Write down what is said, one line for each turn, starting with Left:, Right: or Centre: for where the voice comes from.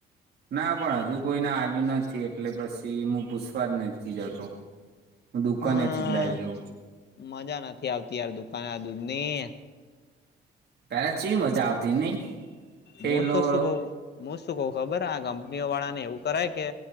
Right: ના પણ હજુ કોઈને આલયુ નથી એટલે પછી હું પૂછવા જ નથી જતો. હું દુકાનેથી
Left: હમ
Right: જ લઈ લઉં.
Left: મજા નથી આવતી યાર દુકાને આ દૂધની
Right: પેલા ચેવી મજા આવતી નઈ? થેલો
Left: હું તો શું કવ હું શું કવ ખબર આ કંપનીઓ વાળા ને એવું કરાય કે